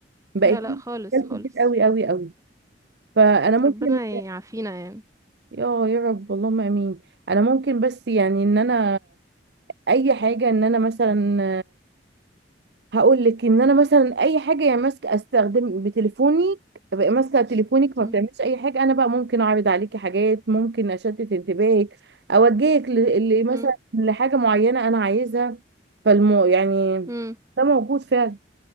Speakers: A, on the right (about 65°); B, on the right (about 15°).
A: بقت
B: لا لا
A: لي
B: خالص
A: اشكال
B: خالص
A: كتير قوي قوي قوي فانا ممكن
B: ربنا يعافينا يعني
A: يا يا رب اللهم امين انا ممكن بس يعني ان انا اي حاجه ان انا مثلا هقول لك ان انا مثلا اي حاجه يعني ماسكه استخدم بتليفوني بقى ماسكه تليفونك ما
B: امم
A: بتعملش اي حاجه انا بقى ممكن اعرض عليكي حاجات ممكن اشتت انتباهك اوجهك ل- ل- مثلا
B: امم
A: لحاجه معينه انا عايزها فالمو يعني
B: امم
A: ده موجود فعلا